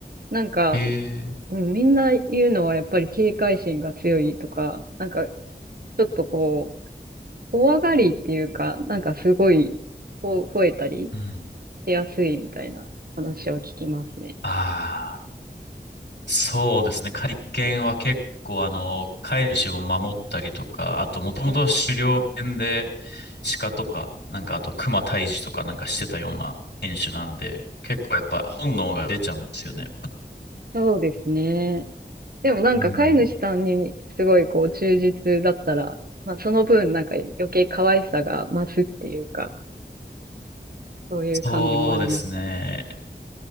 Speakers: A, on the right; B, on the left.
A: なんか、
B: ええ
A: うんみんな言うのはやっぱり警戒心が強いとか、なんかちょっとこう、怖がりっていうか、なんかすごい、ほ、吠えたり
B: うん。
A: しやすいみたいな話を聞きますね。
B: ああ、そうですね。会見は結構あの、飼い主を守ったりとか、あともともと狩猟犬で
A: うん、
B: 鹿とか、なんかあと熊退治とかなんかしてたような犬種なので、結構やっぱ本能が出ちゃうんですよね。
A: そうですね。でもなんか飼い主さんにすごいこう忠実だったら、
B: うん。
A: まあその分なんか余計可愛さが増すっていうか、そういう感じもありますかね。
B: そうですね。